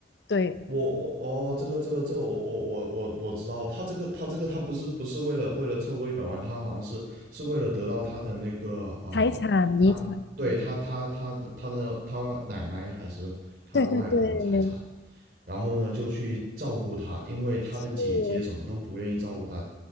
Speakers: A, on the left; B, on the right.
A: 对，
B: 我我哦，这个这个这个我我我我我知道，他这个他这个他不是不是为了为了凑够一百万，他好像是是为了得到他的那个啊、
A: 财产遗产，
B: 他对他他他的他的他奶奶还是他外婆的财产，
A: 对对对，
B: 然后呢就去照顾他，因为他的姐姐什么都不愿意照顾他
A: 是